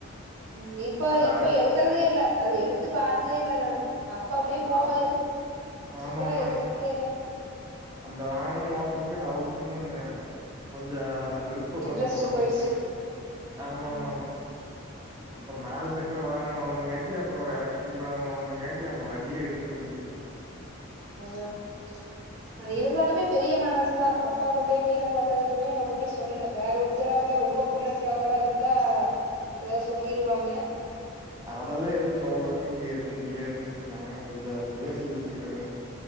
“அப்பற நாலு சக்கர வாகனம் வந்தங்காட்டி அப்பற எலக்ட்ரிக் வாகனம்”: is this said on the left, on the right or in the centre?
Right